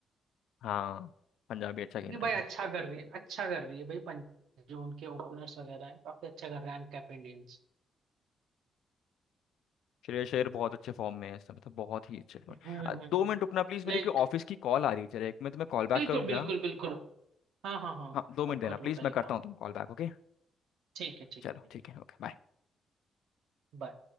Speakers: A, on the left; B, on the right.
A: हाँ पंजाबी अच्छा खेल
B: क्योंकि
A: रही
B: भाई अच्छा
A: है
B: कर रही है अच्छा कर रही है भाई पंजाब जो उनके ओपनर्स वगैरह हैं काफी अच्छा कर रहे हैं कैप इंडियंस
A: श्रेयस अय्यर बहुत अच्छे फॉर्म में है इस समय तो बहुत ही अच्छे फॉर्म
B: हम्म
A: अ,
B: हम्म
A: दो
B: हम्म
A: मिनट रुकना प्लीज मेरी
B: लाइक
A: कोई ऑफिस की कॉल आ रही है चलो एक मिनट मैं तुम्हें कॉल
B: बिल्कुल
A: बैक करूँ
B: बिल्कुल
A: क्या
B: बिल्कुल हाँ हाँ हाँ
A: हाँ दो मिनट
B: आप
A: देना
B: कर
A: प्लीज
B: लो पहले
A: मैं करता
B: काम
A: हूँ तुम कॉल बैक ओके
B: ठीक है ठीक
A: चलो
B: है भाई
A: ठीक है ओके बाय
B: Bye.